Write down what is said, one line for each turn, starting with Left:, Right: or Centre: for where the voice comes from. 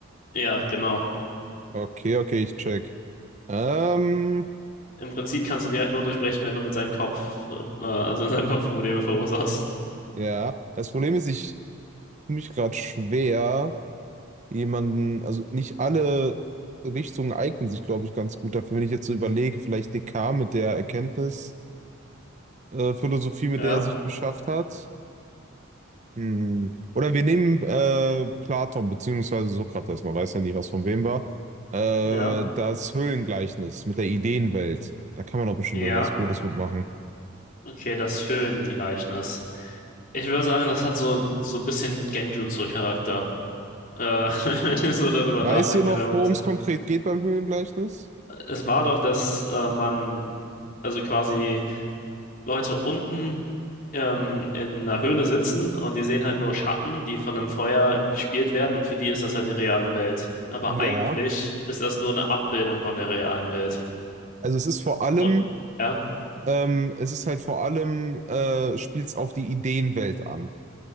Left: Ja, genau.
Right: Okay, okay, ich check. Ähm,
Left: Im Prinzip kannst du die halt nur durchbrechen, wenn du mit seinem Kopf, äh, also in seinem Kopf Probleme verursachst.
Right: ja. Das Problem ist, ich tue mich gerade schwer. jemanden, also nicht alle Richtungen eignen sich, glaube ich, ganz gut dafür. Wenn ich jetzt so überlege, vielleicht Descartes mit der Erkenntnisphilosophie, äh, Philosophie, mit
Left: Ja,
Right: der er sich beschäftigt hat. Hm. Oder wir nehmen äh, Platon beziehungsweise Sokrates, man weiß ja nie, was von wem war. Äh,
Left: ja,
Right: das Höhlengleichnis mit der Ideenwelt. Da kann man doch bestimmt
Left: ja.
Right: irgendwas Gutes mitmachen.
Left: Okay, das Höhlengleichnis. Ich würde sagen, das hat so, so ein bisschen Genjutsu-Charakter. Äh, <laughs> wenn ich so darüber
Right: Weißt
Left: nachdenke,
Right: du noch,
Left: wenn man
Right: worum
Left: das jetzt.
Right: es konkret geht beim Höhlengleichnis?
Left: Es war doch, dass äh, man also quasi Leute unten ähm, in einer Höhle sitzen und die sehen halt nur Schatten, die von einem Feuer gespielt werden und für die ist das halt die reale Welt. Aber
Right: Ja.
Left: eigentlich ist das nur eine Abbildung von der realen Welt.
Right: Also es ist vor allem
Left: Und ja,
Right: Ähm, es ist halt vor allem, äh, spielt es auf die Ideenwelt an.